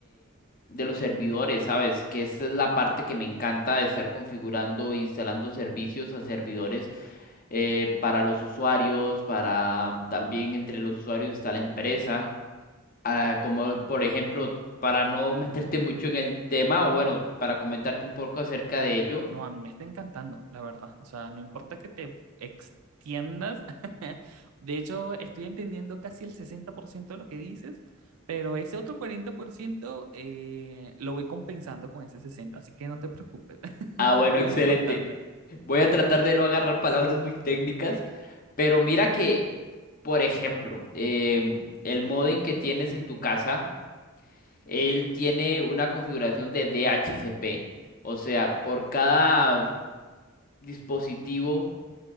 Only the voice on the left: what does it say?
de los servidores, ¿sabes? Que esta es la parte que me encanta de estar configurando e instalando servicios a servidores eh, para los usuarios, para también entre los usuarios está la empresa. Ah, como por ejemplo, para no <laughs> meterte mucho en el tema, o bueno, para comentarte un poco acerca de ello.
Ah, bueno,
excelente.
Voy a tratar de no agarrar palabras muy técnicas, pero mira que, por ejemplo, em, el modem que tienes en tu casa. Él tiene una configuración de DHCP. O sea, por cada dispositivo